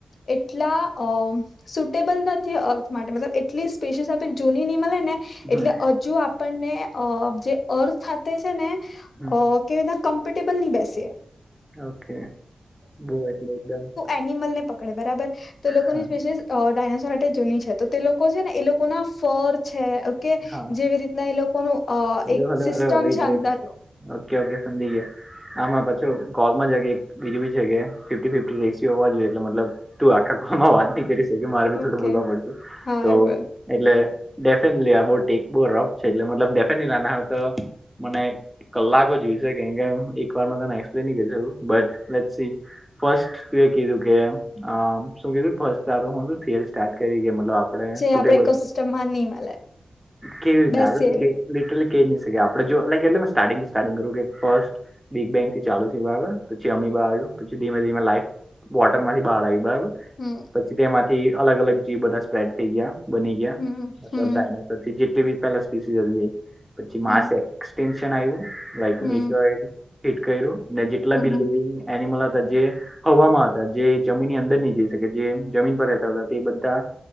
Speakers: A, on the left; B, in the centre.
A: એટલા અ સુટેબલ નથી અર્થ માટે મતલબ એટલીસ્ટ સ્સ આપ જૂની મળે ને
B: હમ
A: એટલે હજુ આપણને જે અર્થ છે ને
B: હમ
A: કે કમ્ફર્ટેબલ નહી બેસી.
B: ઓકે બો એટલે એકદમ
A: એનિમલ ને પકડે બરાબર તે લોકોની
B: હા
A: સ્પેશિસ ડાયનાસોર માટે જૂની છે તો તે લોકો છે ને એ લોકો ના ફર છે ઓકે
B: હા
A: જેવી રીતના એ લોકોનું અ એક
B: હલો હલો
A: સિસ્ટમ
B: હલો વેઇટ
A: છે અંદરનો
B: વેઇટ ઓકે ઓકે સંધ્યા આમાં પાછો કોલમાં જ એક બીજું બી છે કે ફિફ્ટી ફિફી રેસી હોવા જોઈએ એટલે મતલબ તું આખા કોમાં વાત નહી કરી શકે મારે બી
A: ઓકે
B: થોડું બોલવા પડતું
A: હા
B: તો
A: એ
B: એટલે ડેફિનેલી આ બોટ એક બો રોક છે એટલે મતલબ લનાર તો મને કલાકો જોયશે કેમ કે એક વાર ન કરી શક બટ લેટ્સ સી. ફર્સ્ટ ત કીધું કે શું કીધું ફ તારું હું થિયરી સ્ટાર્ટ કરી ગ મતલબ આપણે
A: જે
B: સુટેબલ
A: આપડે ઇકોસિસ્ટમમાં નહી મળે
B: કેવી રીતના
A: દસની
B: આગળ તો કે લિટરલી કહી નહી શકે આપડ જો લાઈક એટલે સ્ટાર્ટિંગ સ્ટાર્ટિંગ કરું કે ફર્સ્ટ બિગ બેંગ થી ચાલુ છે બરાબર પછી અમીબા આવ્યું પછી ધીમે ધીમે લાઈફ વોટર માંથી બહાર આવી બરાબર
A: હમ
B: પછી તેમાંથી અલગ અલગ જીવ બધા સ્પ્રેડ થઈ ગયા બની ગયા
A: હમ
B: મતલબ
A: હમ
B: ડાયનાસોર જેટલી બી પેલા સ્પીસી હતી. પછી
A: હમ
B: માસ એક્સટેન્શન આવ્યું લક
A: હમ
B: મીટડ હિટ કર્યું. ને જેટલા
A: હમ
B: બી લિવિંગ એનિમલ હતા જે હવામાં હતા જે જમીનની અંદર નહી જઈ શકે જે જમીન પર રહેતા હતા તે એ બધા.